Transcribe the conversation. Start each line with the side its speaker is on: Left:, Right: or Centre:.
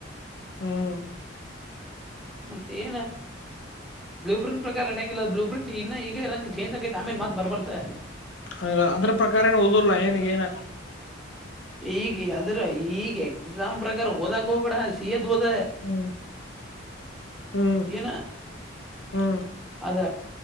Left: ಹ್ಮ್
Centre: ಮತ್ತ ಏನು? ಬ್ಲೂ ಪ್ರ್ರಿಂಟ್ ಪ್ರಕಾರ ಇರಡಂಗಿಲ್ಲ ಬ್ಲೂ ಪ್ರ್ರಂಟ್ ಇ ಈಗ ಇರಂಗ ಚೇಂಜ್ ಆಕೈ ಆಮೇಲೆತ್ ಬರ್ಬತ್ತೆ.
Left: ಹ ಅದ್ರ ಪ್ರಕಾರ ಏನು ಓದಲ್ಲಾ ಏನಿಗ ಏನ.
Centre: ಈಗ ಅದ್ರ ಈಗ ಎಕ್ಸಾಮ್ ಪ್ರಕಾರ ಓದಕ್ ಹೋಗ್ಬೇಡ ಸಿ ಎತ್ ದೊದ.
Left: ಹ್ಮ್ ಹ್ಮ್
Centre: ಏನ?
Left: ಹ್ಮ್
Centre: ಅದ